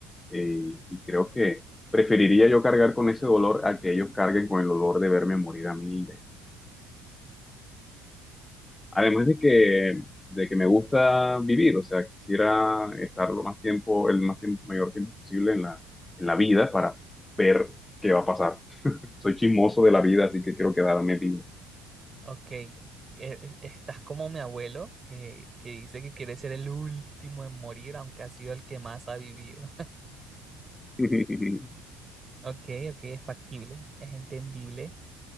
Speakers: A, on the left; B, on the right.
A: Eh, y creo que preferiría yo cargar con ese dolor a que ellos carguen con el dolor de verme morir a mí. de- Además de que, de que me gusta vivir, o sea, quisiera estar lo más tiempo, el más tiempo, mayor tiempo posible en la, en la vida para ver qué va a pasar. Soy chismoso de la vida, así que quiero quedarme vivo.
B: Ok, e- e- estás como mi abuelo que, que dice que quiere ser el último en morir, aunque ha sido el que más ha vivido.
A: <laughs>
B: Ok, ok, es factible, es entendible